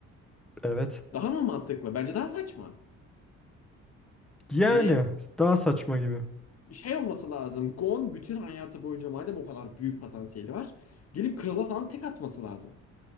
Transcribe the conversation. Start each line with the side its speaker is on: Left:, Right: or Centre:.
Centre: Evet.
Left: Daha mı mantıklı? Bence daha saçma.
Centre: Yani
Left: Yani
Centre: daha saçma gibi.
Left: şey olması lazım. Gon bütün hayatı boyunca madem o kadar büyük potansiyeli var, gelip krala falan tek atması lazım.